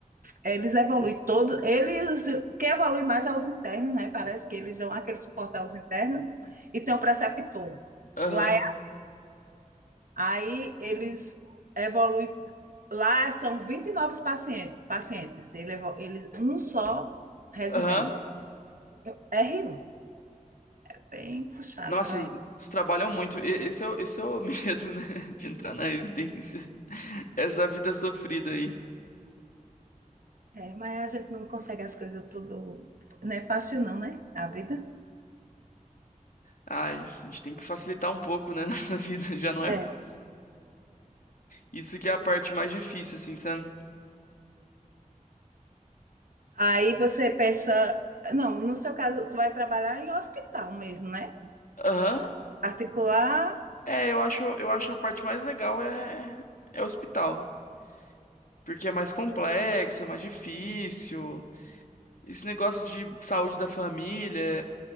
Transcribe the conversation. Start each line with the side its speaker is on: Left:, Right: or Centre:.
Right: Eles evoluem todo, eles, quem evolui mais é os internos, né? Parece que eles dão aquele suporte aos internos e tem o preceptor.
Left: Aham,
Right: Lá é, aí eles evoluem, lá são 29 pacientes, pacientes. Ele evo- eles, um só residente.
Left: aham.
Right: Eu- r um é bem puxado
Left: Nossa,
Right: para
Left: eles
Right: ele.
Left: trabalham muito. E- Esse é, o- esse é o <laughs> medo, né? De entrar na residência. Essa vida sofrida aí.
Right: É, mas a gente não consegue as coisas tudo, não é fácil não, né? A vida.
Left: Ai, a gente tem que facilitar um pouco, né? <laughs> Nossa vida já não é
Right: É.
Left: fácil. Isso que é a parte mais difícil, assim, sabe?
Right: Aí você pensa, não, no seu caso, tu vai trabalhar em hospital mesmo, né?
Left: Aham.
Right: Particular,
Left: É, eu acho, eu acho a parte mais legal é, é hospital. Porque é mais complexo, é mais difícil. Esse negócio de saúde da família.